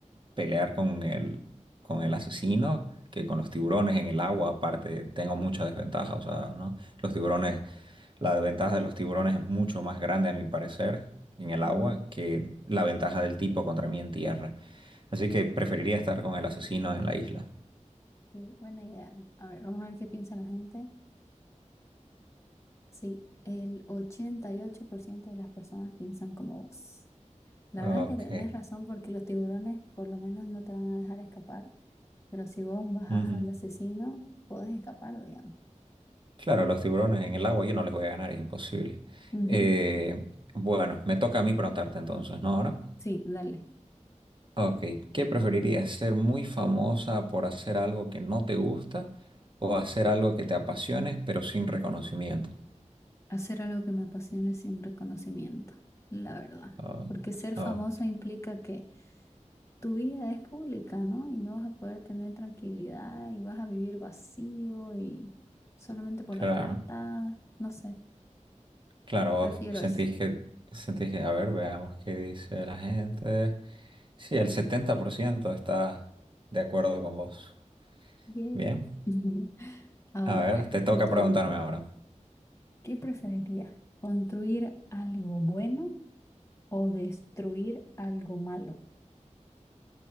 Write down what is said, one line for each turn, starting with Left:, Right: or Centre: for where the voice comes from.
Right: pelear con el, con el asesino que con los tiburones en el agua. Aparte, tengo mucha desventaja, o sea, ¿no? Los tiburones La ventaja de los tiburones es mucho más grande, a mi parecer, en el agua
Left: Ujú.
Right: que la ventaja del tipo contra mí en tierra. Así que preferiría estar con el asesino en la isla.
Left: Sí, buena idea. A ver, vamos a ver qué piensa la gente. Sí, el 88% de las personas piensan como vos. La
Right: Ok.
Left: verdad que tenés razón porque los tiburones por lo menos no te van a dejar escapar, pero si vos bajás
Right: Ujú.
Left: al asesino, podés escapar, digamos.
Right: Claro, los tiburones en el agua yo no les voy a ganar, es imposible.
Left: Ujú.
Right: Eh, bueno, me toca a mí preguntarte entonces, ¿no? Ahora.
Left: Sí, dale.
Right: Ok, ¿qué preferirías? ¿Ser muy famosa por hacer algo que no te gusta o hacer algo que te apasione pero sin reconocimiento?
Left: Hacer algo que me apasione sin reconocimiento, la verdad.
Right: Ah,
Left: Porque ser
Right: ah,
Left: famoso implica que tu vida es pública, ¿no? Y no vas a poder tener tranquilidad y vas a vivir vacío y solamente por
Right: claro.
Left: la plata, no sé,
Right: Claro, vos
Left: prefiero
Right: sentís
Left: eso.
Right: que, sentís que, a ver, veamos qué dice la gente. Sí, el 70% está de acuerdo con vos.
Left: Yay.
Right: Bien,
Left: <laughs> Ujú. Ahora,
Right: a ver,
Left: a ver,
Right: te toca
Left: mi turno.
Right: preguntarme ahora.
Left: ¿Qué preferiría? ¿Construir algo bueno o destruir algo malo?